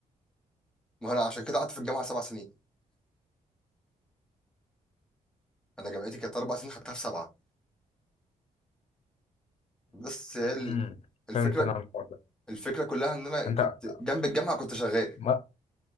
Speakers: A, in the centre; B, on the left (about 50°).
A: ما انا عشان كده قعدت في الجامعه سبع سنين انا جامعتي كانت اربع سنين خدتها في سبعه بس هي ال-
B: أمم.
A: الفكره
B: فهمت انا الحوار ده
A: الفكره كلها ان انا
B: انت
A: كنت جنب الجامعه كنت شغال
B: <laughs> ما